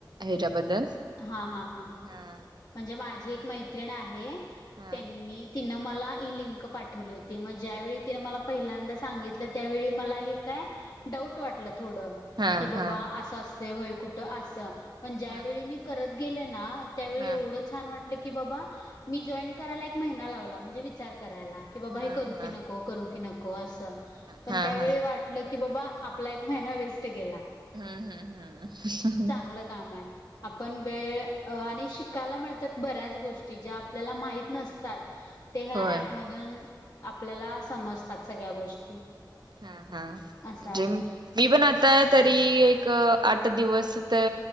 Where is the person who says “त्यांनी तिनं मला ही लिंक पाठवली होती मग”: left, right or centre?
Left